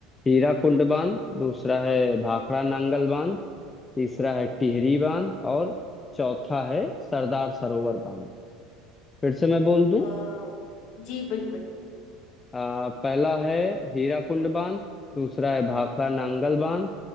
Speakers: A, on the left; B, on the left.
A: हीराकुंड बांध दूसरा है भाखड़ा नांगल बांध तीसरा है टिहरी बांध और चौथा है सरदार सरोवर बांध फिर से मैं बोल दूं
B: अ, जी बिल्कुल
A: आ, पहला है हीराकुंड बांध दूसरा है भाखड़ा नांगल बांध